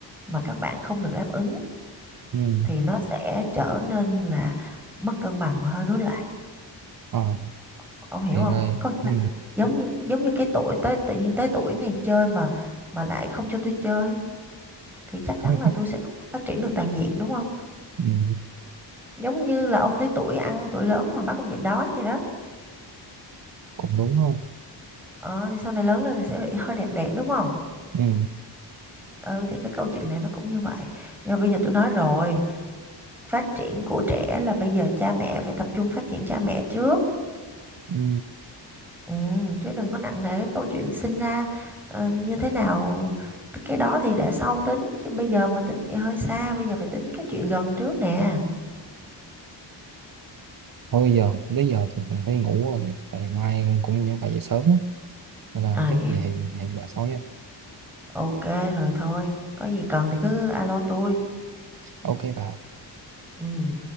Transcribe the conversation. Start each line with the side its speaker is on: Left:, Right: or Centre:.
Centre: mà các bạn không được đáp ứng
Right: Ừ.
Centre: thì nó sẽ trở nên là mất cân bằng và hơi rối loạn
Right: Ờ,
Centre: ông hiểu
Right: thì
Centre: không
Right: đây
Centre: có nghĩa
Right: ừ.
Centre: là giống như giống như cái tuổi tới tự nhiên tới tuổi này chơi mà mà lại không cho tôi chơi thì chắc
Right: <laughs>
Centre: chắn là tôi sẽ không phát triển được toàn diện đúng không
Right: ừ.
Centre: giống như là ông tới tuổi ăn tuổi lớn mà bắt ông nhịn đói vậy đó
Right: cũng đúng không
Centre: ờ, thì sau này lớn lên thì sẽ bị hơi đẹt đẹt đúng không
Right: ừ.
Centre: ừ thì cái câu chuyện này nó cũng như vậy nhưng mà bây giờ tôi nói rồi phát triển của trẻ là bây giờ cha mẹ phải tập trung phát triển cha mẹ trước
Right: Ừ.
Centre: Ừ, chứ đừng có nặng nề cái câu chuyện sinh ra ờ, như thế nào cái đó thì để sau tính chứ bây giờ mà tính thì hơi xa bây giờ phải tính cái chuyện gần trước nè
Right: thôi giờ tới giờ tôi cần phải ngủ rồi tại mai cũng phải dậy sớm á. nên là
Centre: à
Right: chắc
Centre: dạ
Right: về hẹn hẹn bà sau nha
Centre: ok rồi thôi có gì cần thì cứ alo tôi
Right: ok bà
Centre: ừ